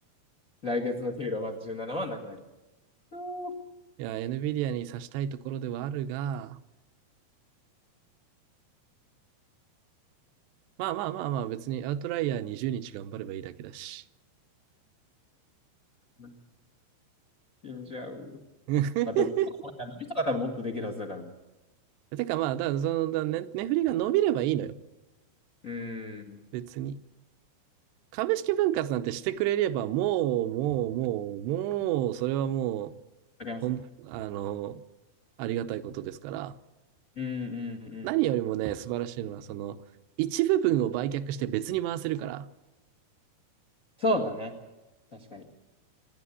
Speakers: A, on the left (about 65°); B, on the right (about 80°).
A: 来月の給料は17万ななはなくなります。お
B: いや、NVIDIA に刺したいところではあるが、まあまあまあまあ、別にアウトライヤー20日頑張ればいいだけだし。
A: ーん死んじゃう。
B: <laughs>
A: まあ、どれも、あの人が多分もっとできるはずだからね。
B: てかまあ、だ、その、だ、ね、値振りが伸びればいいのよ。
A: うーん。わ
B: 別に。株式分割なんてしてくれれば、もう、もう、もう、もう、それはもう、
A: かります。
B: ほん、あの、ありがたいことですから。
A: うんうんうん。
B: 何よりもね、素晴らしいのは、その、一部分を売却して別に回せるから。
A: そうだね。確かに。